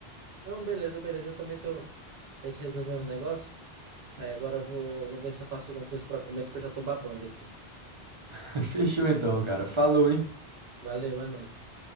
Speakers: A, on the right; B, on the right.
A: Não, beleza, beleza. Eu também tô... tenho que resolver um negócio. Aí agora eu vou, vou ver se eu faço alguma coisa pra comer, porque eu já tô babando aqui.
B: <laughs> Fechou então, cara. Falou, hein?
A: Valeu, é nóis.